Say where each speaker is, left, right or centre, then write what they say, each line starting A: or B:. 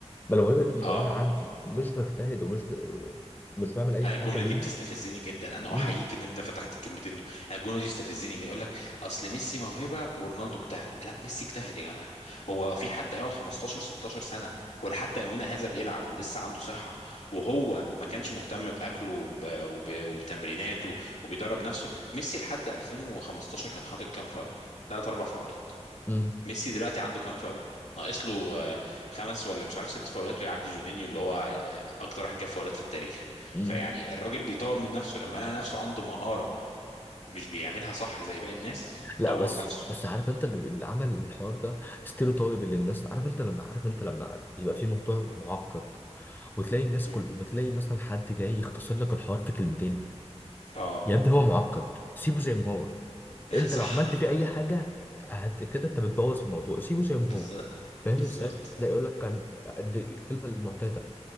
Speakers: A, on the left; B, on the left.
A: ما الموهبه دي
B: اه
A: لو انا عندي مش بجتهد ومش ب... مش بعمل اي
B: انا
A: حاجه
B: الجمله
A: ليها
B: دي بتستفزني جدا انا
A: مم،
B: احييك ان انت فتحت الكلمتين دول انا الجمله دي بتستفزني جدا يقول لك اصل ميسي موهبه ورونالدو اجتهد لا ميسي اجتهد يا جماعه هو في حد هيقعد 15 16 سنه ولا حتى يومنا هذا بيلعب ولسه عنده صحه وهو ما كانش مهتم باكله وب... وب... وبتمريناته وبيدرب نفسه ميسي لحد 2015 كان حاطط كام فاول ثلاث اربع فاولات
A: مم،
B: ميسي دلوقتي عنده كام فاول ناقص له آه، خمس ولا مش عارف ست فاولات ويعدي جونينيو اللي هو آه، اكتر واحد جاب فاولات في التاريخ
A: مم.
B: فيعني الراجل بيطور من نفسه لما لقى نفسه عنده مهارة مش بيعملها صح زي باقي الناس
A: لا
B: طور
A: بس
B: نفسه
A: بس عارف انت اللي اللي عمل الحوار ده ستيريوتايب اللي الناس عارف انت لما عارف انت لما يبقى
B: م-
A: في موضوع معقد وتلاقي الناس
B: م.
A: كل بتلاقي مثلا حد جاي يختصر لك الحوار في كلمتين
B: اه
A: يا ابني هو معقد سيبه زي ما هو
B: <laughs>
A: انت
B: صح
A: لو عملت فيه اي حاجه هت كده انت بتبوظ الموضوع سيبه زي ما هو
B: بالظبط
A: فاهم
B: بالظبط
A: ازاي؟ ده يقول لك كان دي الكلمه المعتاده